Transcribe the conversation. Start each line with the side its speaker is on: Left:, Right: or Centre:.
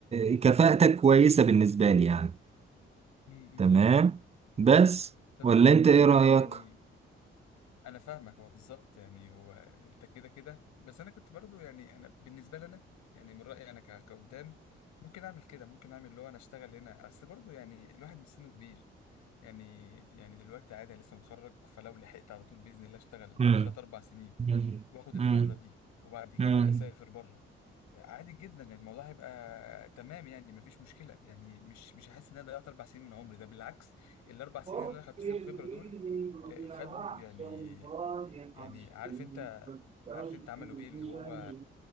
Right: آه، كفاءتك كويسة بالنسبة لي يعني
Left: مم. مم.
Right: تمام
Left: مم.
Right: بس
Left: طب
Right: ولا
Left: اللي هو
Right: انت
Left: مثلا
Right: ايه رأيك؟
Left: يعني انا فاهمك هو بالظبط يعني هو انت كده كده بس انا كنت برضو يعني انا بالنسبه لي انا يعني من رايي انا ك- كقدام ممكن اعمل كده ممكن اعمل اللي هو انا اشتغل هنا اصل برضو يعني الواحد مش سنه كبير يعني يعني دلوقتي عادي انا لسه متخرج فلو لحقت على طول باذن الله اشتغل
Right: مم.
Left: 3 4 سنين
Right: مم.
Left: واخد
Right: مم.
Left: الخبره دي وبعد كده
Right: مم.
Left: اسافر بره عادي جدا يعني الموضوع هيبقى تمام يعني مفيش مشكله يعني مش مش هحس ان انا ضيعت اربع سنين من عمري ده بالعكس الاربع سنين
Right: فكر
Left: اللي انا خدت فيهم خبره دول
Right: إني
Left: آه،
Right: ضيعت
Left: خدوا يعني
Right: ضايعا وأستغفر
Left: يعني عارف انت عارف
Right: ذنبي
Left: انت عملوا ايه اللي هو